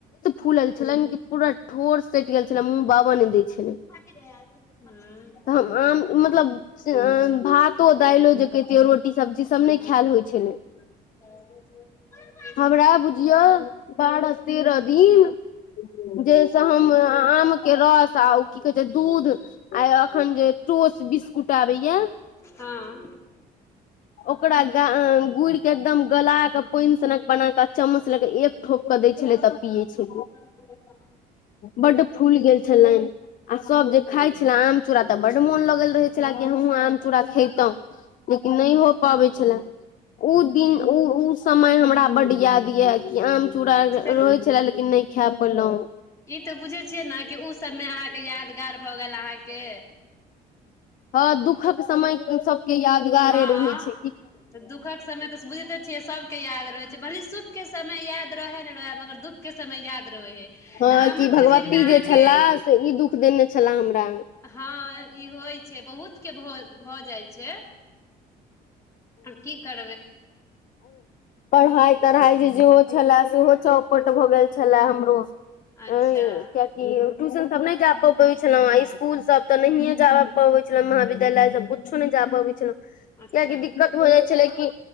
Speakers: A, on the left; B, on the left.
A: फूलल छलनि कि पूरा ठोर सटि गेल छलै मुँह बाबा नहि दै छलै
B: हँ
A: तऽ हम आम मतलब भातो दालिओ जे कहितियै रोटी सब्जी सभ नहि खायल होइ छलै
B: आ <unintelligible>
A: हमरा बुझिय बारह तेरह दिन जैसे हम आम के रस आ की कहे छै दूध आ अखन जे टोस बिस्कुट आबैय
B: हँ
A: ओकरा गा गुड़ के एकदम गला क पानि सनक बना क चम्मच लेके एक ठोप क दै छलै तब पियए छलियै
B: ह
A: बड फूल गेल छलनि आ सब जे खाइ छले आम चूड़ा तऽ बड्ड मोन लगल रहै छले कि हमहूँ आम चूड़ा खैतहुँ लेकिन नहि हो पबैत छले ओ दिन ओ ओ समय हमरा बड्ड याद यए कि आम चूड़ा
B: चलू
A: रहै छलए लेकिन नहि खै पेलो
B: ई तऽ बुझै छियै ने कि ओ सभमे अहाँके यादगार भऽ गेल अहाँके
A: हँ दुःखक समय सब रोजगार
B: हँ
A: होइ छै
B: तऽ दुःखक समय तऽ बुझिते छियै सबके याद रहै छै भली सुख के समय याद रहे न रहै मगर दुःख के समय याद रहै
A: हँ
B: त आमक
A: कि भगवती
B: सीजन मे अहके
A: जे छलाह से ई दुःख देने छलाह हमरा
B: हँ ई होइ छै बहुतके भ भऽ जाइत छै की कर
A: पढ़ाई तढ़ाई जे जेहो छले सेहो चौपट भऽ गेल छले
B: अच्छा
A: कियि ट्यशन सब नहि जा प छल स्कुल सब तऽ नहियए जा पबै छल विद्यालय सब कुछो नहि जा पबै छल कियाकि
B: अच्छा
A: द भ जाइ छलै कि